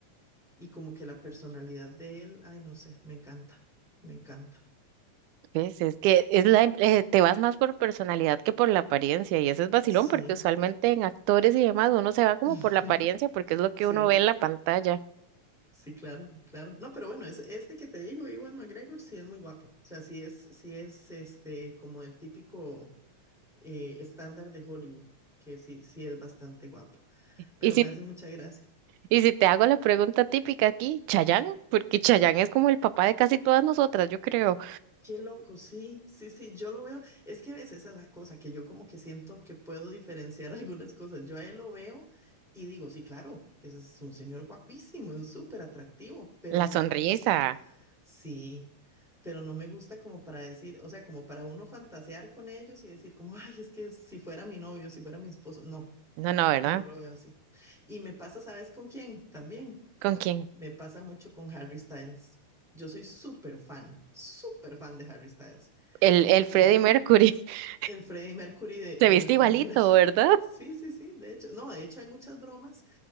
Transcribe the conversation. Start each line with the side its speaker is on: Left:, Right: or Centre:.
Centre: Y como que la personalidad de él, ay, no sé, me encanta, me encanta.
Right: ¿Ves? Es que es la, em- eh, te vas más por personalidad que por la apariencia, y eso es vacilón,
Centre: Sí,
Right: porque usualmente en actores y demás uno se va como
Centre: <laughs>
Right: por la apariencia, porque es lo que
Centre: sí,
Right: uno ve en la pantalla.
Centre: sí, claro, claro. No, pero bueno, ese, ese que te digo, Ewan McGregor, sí es muy guapo. O sea, sí es, sí es este, como el típico. eh, estándar de Hollywood, que sí, sí es bastante guapo, pero
Right: Y si,
Centre: me hace mucha gracia.
Right: y si te hago la pregunta típica aquí, Chayanne, porque Chayanne es como el papá de casi todas nosotras, yo creo.
Centre: Qué loco, sí, sí, sí, yo lo veo. Es que a veces esa es la cosa, que yo como que siento que puedo diferenciar <laughs> algunas cosas. Yo a él lo veo y digo, sí, claro, ese es un señor guapísimo, es súper atractivo, pero
Right: La
Centre: no
Right: sonrisa.
Centre: me gusta, sí, pero no me gusta como para decir, o sea, como para uno fantasear con ellos y decir como, ay, es que si fuera mi novio, si fuera mi esposo, no,
Right: No, no, ¿verdad?
Centre: no lo veo así. Y me pasa, ¿sabes con quién? También
Right: ¿Con quién?
Centre: Me pasa mucho con Harry Styles. Yo soy súper fan, súper fan de Harry Styles.
Right: El, el Freddie
Centre: Y yo,
Right: Mercury. <laughs>
Centre: el Freddie Mercury de,
Right: Se
Centre: de
Right: viste
Centre: nuestra
Right: igualito,
Centre: generación.
Right: ¿verdad?
Centre: <laughs> Sí, sí, sí, de hecho. No, de hecho hay muchas bromas